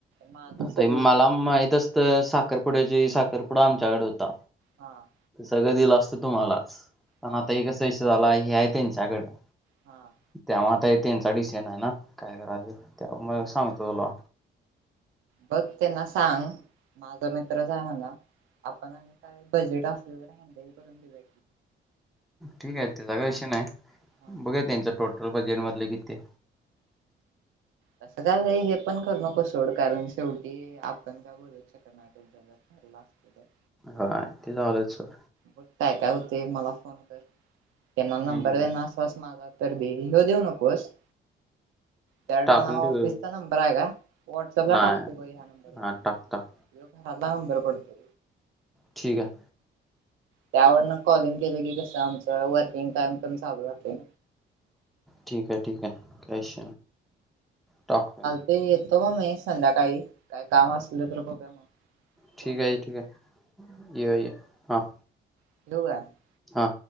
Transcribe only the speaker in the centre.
आता
हे मला
माहित असत साखरपुड्याच्या वेळी साखरपुडा आमच्याकड होता.
ते सगळं दिलं असतं तुम्हालाच पण
आता हे कसा विषय झालाय हे हाय तेंच्याकडं.
तेव्हा आता त्यांचा डिशेन आहे ना काय करायचं तेव्हा मग
सांगतो तुला.
ठीक आहे, त्याचा कशी नाही
बघा त्यांचं टोटल बजेट मधले किती.
हाय ते झालेच सोड.
हम्म
टाकून
ठेव
नाही
हा टाक टाक
ठीक आहे.
ठीक आहे ठीक आहे कश टॉक.
ठीक
आहे
ठीक ये हा.
हा